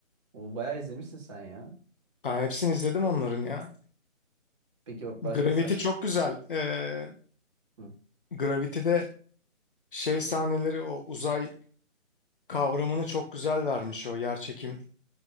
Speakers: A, on the right; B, on the left.
A: O bayağı izlemişsin sen ya.
B: Ha, hepsini izledim onların ya.
A: Peki bak başka
B: Gravity
A: sen...
B: çok güzel. Ee,
A: Hı.
B: Gravity'de şey sahneleri o uzay kavramını çok güzel vermiş o yerçekim